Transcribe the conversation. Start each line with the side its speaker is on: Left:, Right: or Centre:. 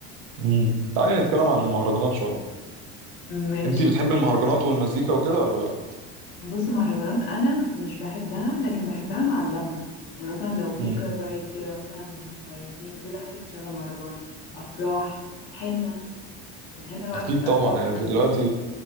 Right: مم. تعالي نتكلم عن المهرجانات شويه
Left: ماشي
Right: انت بتحبي المهرجانات والمزيكا وكده ولا لا
Left: بص مهرجانات انا مش بحبها لكن بحبها مع اللمه يعني مثلا لو في
Right: مم.
Left: كار رايد كده مثلا مهيصين وكده حلو نشغل مهرجان افراح حنه الحنه بقى
Right: اكيد
Left: بتبقى
Right: طبعا
Left: في حته
Right: يعني انت دلوقتي